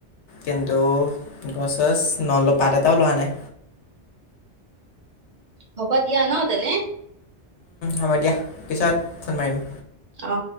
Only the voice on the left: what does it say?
কিন্তু গছ গছ নল পাত এটাও লোৱা নাই
হ'ব দিয়া পিছত ফোন মাৰিম